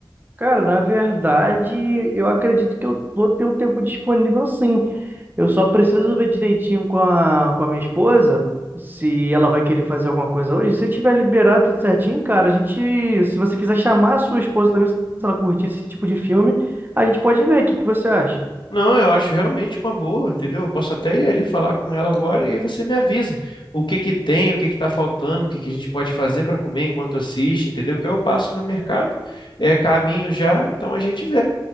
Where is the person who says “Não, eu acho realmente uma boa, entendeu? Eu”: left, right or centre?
Left